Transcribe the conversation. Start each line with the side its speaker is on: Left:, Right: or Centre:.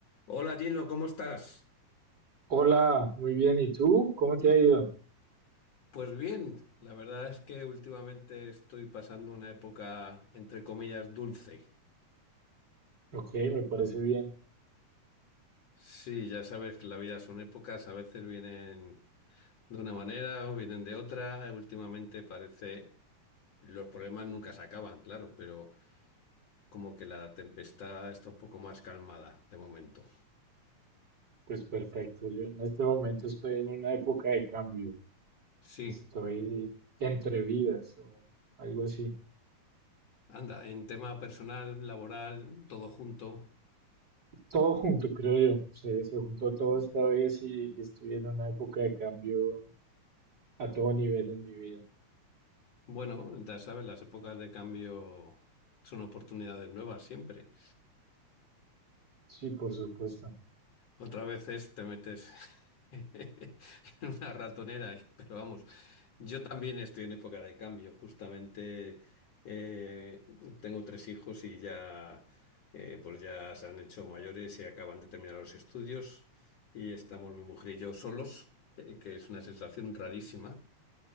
Left: Hola Gino, ¿cómo estás?
Right: Hola, muy bien. ¿Y tú? ¿Cómo te ha ido?
Left: Pues bien, la verdad es que últimamente estoy pasando una época, entre comillas, dulce.
Right: Ok, me parece bien.
Left: Sí, ya sabes que la vida son épocas, a veces vienen de una manera o vienen de otra. Últimamente parece, los problemas nunca se acaban, claro, pero como que la tempestad está un poco más calmada de momento.
Right: Pues perfecto. Yo en este momento estoy en una época de cambio.
Left: Sí,
Right: Estoy entre vidas o algo así.
Left: anda, en tema personal, laboral, todo junto.
Right: Todo junto, creo yo. Se, se juntó todo esta vez y, y estoy en una época de cambio a todo nivel en mi vida.
Left: Bueno, ya sabes, las épocas de cambio son oportunidades nuevas siempre.
Right: Sí, por supuesto.
Left: Otra vez es, te metes <laughs> en una ratonera, y- pero vamos, yo también estoy en época de cambio. Justamente eh, tengo tres hijos y ya, eh, pues ya se han hecho mayores y acaban de terminar los estudios y estamos mi mujer y yo solos, eh, que es una sensación rarísima.